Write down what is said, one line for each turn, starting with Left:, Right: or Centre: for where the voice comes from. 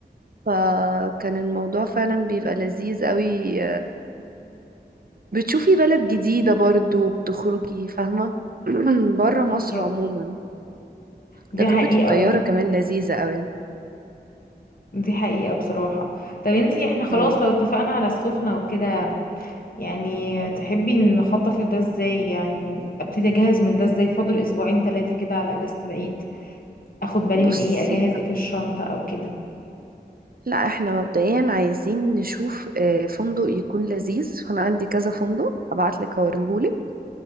Right: فكان الموضوع فعلا بيبقى لذيذ قوي بتشوفي بلد جديده برضو بتخرجي فاهمه <clears throat> بره مصر
Left: بالظبط
Right: عموما
Left: دي
Right: تجربة
Left: حقيقة
Right: الطيارة
Left: و...
Right: كمان لذيذة قوي
Left: دي حقيقة بصراحة طب انتي احنا خلاص
Right: مم.
Left: لو اتفقنا على السخنة وكده يعني تحبي نخطط لده ازاي يعني ابتدي اجهز من ده ازاي فاضل اسبوعين ثلاثة كده على اجازة العيد اخد بالي
Right: بصي
Left: من ايه اجهز ايه في الشنطة او كده
Right: لا احنا مبدئيا عايزين نشوف آه، فندق يكون لذيذ فانا عندي كذا فندق ابعت لك اوريهولك